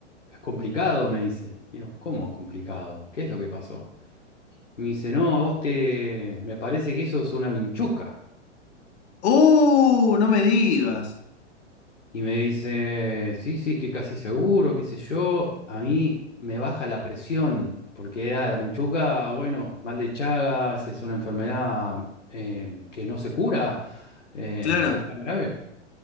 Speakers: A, on the left; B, on the left.
A: es complicado, me dice. Y yo, ¿cómo complicado? ¿Qué es lo que pasó? Me dice, no, a vos te, me parece que eso es una vinchuca.
B: ¡Uh! No me digas.
A: Y me dice, sí, sí, estoy casi seguro, qué sé yo, a mí me baja la presión, porque era la vinchuca, bueno, mal de Chagas, es una enfermedad eh, que no se cura, eh,
B: Claro,
A: no es tan grave.